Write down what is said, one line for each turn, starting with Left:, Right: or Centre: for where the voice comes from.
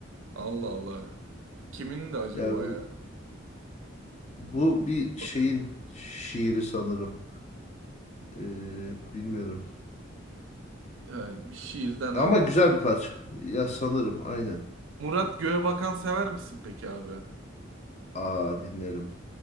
Right: Allah Allah. Kimin de acaba
Left: Ya bu,
Right: ya?
Left: bu bir şeyin
Right: Bak,
Left: şiiri sanırım. E, bilmiyorum.
Right: yani bir şiirden alıntı.
Left: Ama güzel bir parça. Ya sanırım aynen.
Right: Murat Göğebakan sever misin peki abi?
Left: Aa dinlerim.